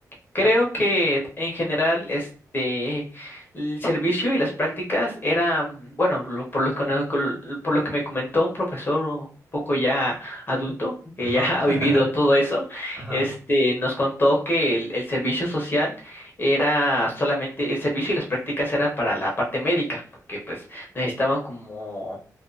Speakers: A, on the left (about 30°); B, on the right (about 20°).
A: Creo que en general este el servicio y las prácticas era, mm, bueno, lo- por lo que, no- col- por lo que me comentó un profesor un poco ya adulto, que
B: Ajá,
A: ya <laughs>
B: <laughs>
A: ha vivido todo eso,
B: ajá,
A: este nos contó que el, el servicio social era solamente el servicio y las prácticas eran para la parte médica, porque pues necesitaban como